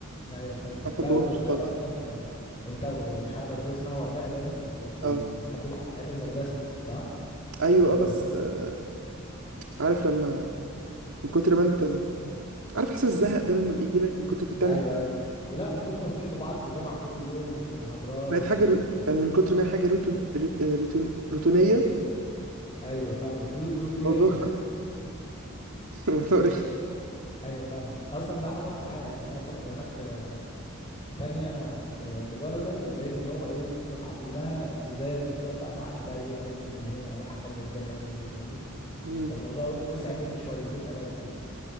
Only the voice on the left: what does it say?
ايوه فهمتك
لا وانت قلت لي
اصلا آه، انت ومش عارف قلت لي اسمها وفاء باين كنتوا
بتحبوا بعض من ايام المدرسة صح
لما
دخلت
ايوه
ايوه ولا من كتر ما بتشوفوا بعض في الجامعه كل يوم وفي المحاضرات
وفي
ال...
ايوه فاهمك رو- روتينيه
<laughs> ايوه فاهمك اصلا لا حصلت معايا يعني انا اصلا لما دخلت آه، في تانية ب- تجارة ده اللي لقيت اللي هو ايه الدفعة كلها لزاز وكده بتاع فقعدت بقى ايه الف من هنا اروح اكلم دي اكلم دي فاهمني
فالموضوع و- وسع مني شويتين تلاتة كده